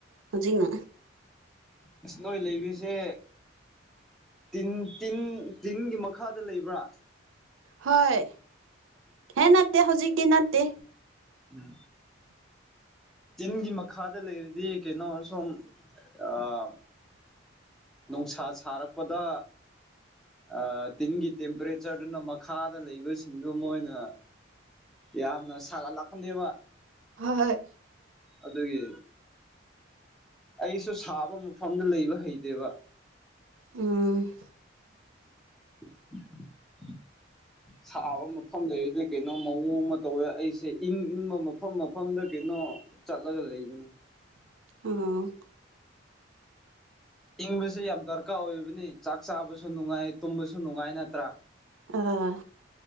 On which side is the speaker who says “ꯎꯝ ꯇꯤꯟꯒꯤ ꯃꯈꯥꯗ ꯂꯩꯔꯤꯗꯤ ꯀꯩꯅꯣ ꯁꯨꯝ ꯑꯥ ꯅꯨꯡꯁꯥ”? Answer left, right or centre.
Centre